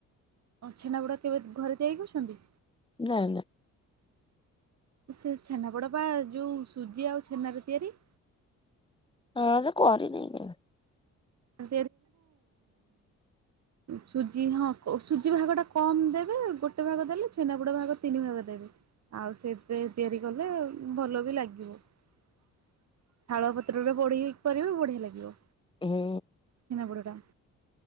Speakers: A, on the right (about 60°); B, on the left (about 15°).
A: ଛେନାପୋଡ କେବେ ଘରେ ତିଆରି କରିଛନ୍ତି?
B: ନାଁ ନାଁ।
A: ସେ ଛେନାପଡ଼ା ପା ଯୋଉ ସୁଜି ଆଉ ଛେନାରେ ତିଆରି।
B: ହଁ ଯେ କରିନି ହେଗୁରା।
A: <unintelligible> ସୁଜି ହଁ। ସୁଜି ଭାଗଟା କମ୍ ଦେବେ। ଗୋଟେ ଭାଗ ଦେଲେ ଛେନାପୋଡ଼ ଭାଗ ତିନି ଭାଗ ଦେବେ। ଆଉ ସେଥିରେ ତିଆରି କଲେ ଆଉ। ଭଲ ବି ଲାଗିବ। ଶାଳ ପତ୍ରରେ ପୋଡ଼ିକି କରିବୁ ବଢିଆ ଲାଗିବ।
B: ହୁଁ।
A: ଛେନାପୋଡ ଟା।